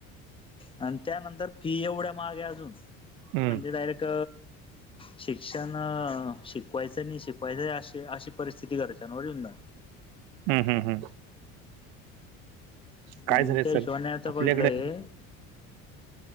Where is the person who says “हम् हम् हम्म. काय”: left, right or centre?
Right